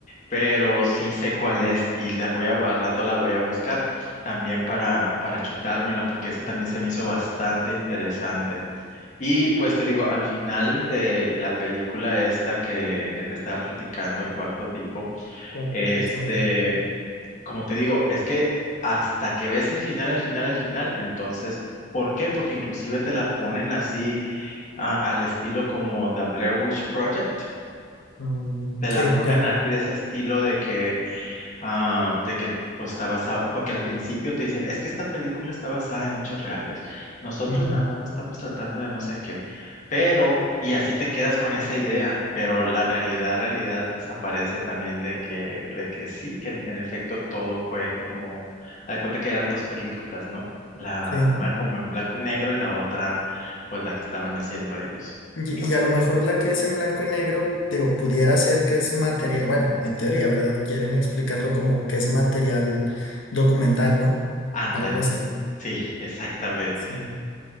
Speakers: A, on the left; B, on the left.
A: pero sí sé cuál es y la voy a, al rato la voy a buscar también para, para chutármela porque esa también se me hizo bastante interesante. Y pues te digo, al final de la película esta que, que te estaba platicando, el cuarto tipo,
B: cuarto
A: este...
B: tipo?
A: como te digo, es que hasta que ves el final, el final, el final, entonces, ¿por qué? Porque inclusive te la ponen así ah, al estilo como The Blair Witch Project.
B: Mm,
A: Te la
B: sí,
A: ponen
B: ya.
A: así de ese estilo de que ah, de que pues, está basado, porque al principio te dicen, es que esta película está basada en hechos reales, nosotros
B: ujú,
A: nada más estamos tratando de no sé qué, pero, y así te quedas con esa idea, pero la realidad, realidad, pues aparece también de que, de que sí, que en, en efecto todo fue como, haz de cuenta que eran dos películas, ¿no? La,
B: Sí.
A: una como en blanco y negro y la otra, pues la que estaban haciendo ellos.
B: Y,
A: Qué bu-
B: y a lo mejor la que es en blanco y negro, digo, pudiera ser que es material, bueno, en teoría, ¿verdad? Quieren explicarlo como que es material documental, ¿no?
A: Ándale,
B: Algo así.
A: sí, exactamente.
B: Sí,